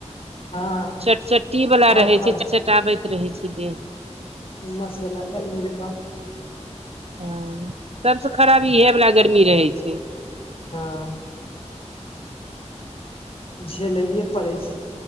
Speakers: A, on the left (about 50°); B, on the right (about 55°).
A: हँ
B: चटचट्टी वला
A: आउ
B: रहै
A: खड़ा
B: छै च चटाबैत रहै छै देह
A: उमस वला गर्मी जेतय
B: ह सबसँ खराब इहे वला गर्मी रहै छै
A: हँ झेलैए पड़ै छै